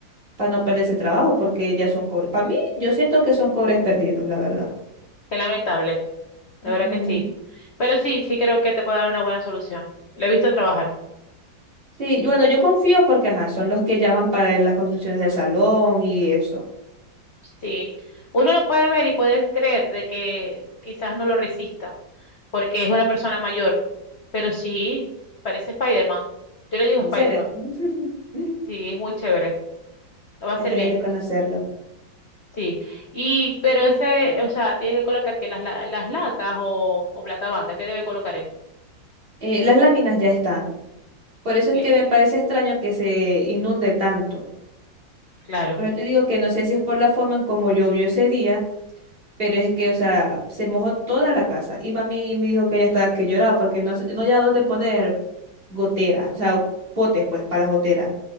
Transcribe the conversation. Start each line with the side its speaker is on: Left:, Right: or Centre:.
Right: para no perder ese trabajo, porque ya son cobres. Para mí, yo siento que son cobres perdidos, la verdad.
Left: Qué lamentable, de
Right: Ujú.
Left: verdad que sí. Pero sí, sí creo que te puedo dar una buena solución. Lo he visto trabajar.
Right: Sí, y bueno, yo confío porque, ajá, son los que llaman para las construcciones del salón y eso.
Left: Sí, uno lo puede ver y puede creer de que quizás no lo resista, porque es una persona mayor, pero sí, parece Spider-Man. Yo le digo
Right: En
Left: Spider-Man,
Right: serio, <laughs>
Left: sí, es muy chévere, lo va a hacer
Right: ya tiene
Left: bien,
Right: que conocerlo.
Left: sí. Y, pero ese, o sea, tiene que colocar que las, la- las latas o, o plata banda, ¿qué debe colocar él?
Right: Eh, las láminas ya están. Por eso
Left: ¿Qué?
Right: es que me parece extraño que se inunde tanto.
Left: Claro,
Right: Por eso te digo que no sé si es por la forma en cómo llovió ese día, pero es que, o sea, se mojó toda la casa. Y mami me dijo que ella estaba que lloraba porque no, se- no había dónde poner goteras, o sea, potes, pues, para las goteras.